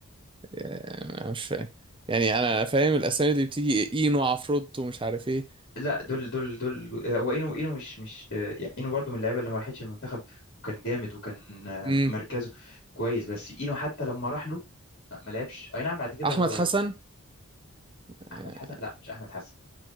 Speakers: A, on the right; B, on the left.
A: آه مش فاهم يعني أنا فاهم الأسامي اللي بتيجي إينو عفروتو مش عارف إيه
B: لا دول دول دول آه، هو اينو اينو مش مش آه، يعني اينو برضو من اللعيبه اللي ما راحتش المنتخب وكان جامد وكان آه،
A: امم
B: مركزه كويس بس اينو حتى لما راح له ما ما لعبش اي نعم بعد كده
A: احمد
B: هو
A: حسن آه،
B: احمد حسن لا مش احمد حسن